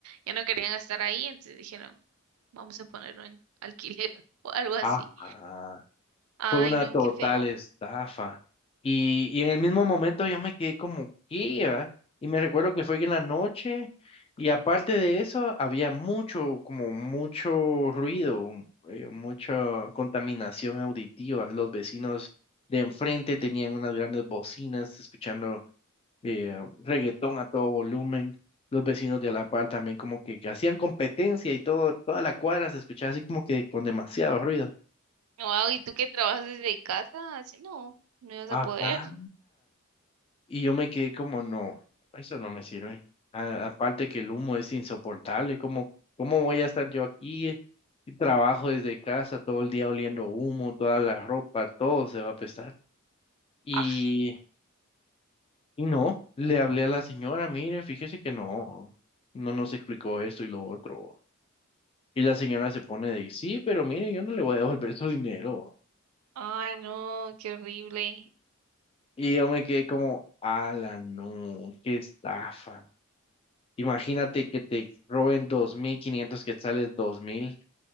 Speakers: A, on the right (about 80°); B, on the left (about 25°).
A: ya no querían estar ahí, entonces dijeron, vamos a ponerlo en alquiler <laughs> o algo así.
B: Ajá.
A: Ay,
B: Fue una
A: no,
B: total
A: qué feo.
B: estafa. Y, y en el mismo momento yo me quedé como, ¿qué? va?". Y me recuerdo que fue en la noche y aparte de eso había mucho, como mucho ruido, mm, eh, mucha contaminación auditiva. Los vecinos de enfrente tenían unas grandes bocinas escuchando eh, reggaetón a todo volumen. Los vecinos de la par también como que, que hacían competencia y todo, toda la cuadra se escuchaba así como que con demasiado ruido.
A: Wow, ¿y tú que trabajas desde casa? Así no, no ibas
B: Ajá.
A: a poder. <laughs>
B: Y yo me quedé como, no, eso no me sirve. A- aparte que el humo es insoportable, cómo ¿cómo voy a estar yo aquí? Y Trabajo desde casa todo el día oliendo humo, toda la ropa, todo se va a apestar. Y,
A: Aj,
B: y no, le hablé a la señora, mire, fíjese que no, no nos explicó esto y lo otro. Y la señora se pone de, sí, pero mire, yo no le voy a devolver su dinero.
A: Ay, no, qué horrible.
B: Y yo me quedé como, ala, no, qué estafa. Imagínate que te roben 2.500 quetzales, 2.000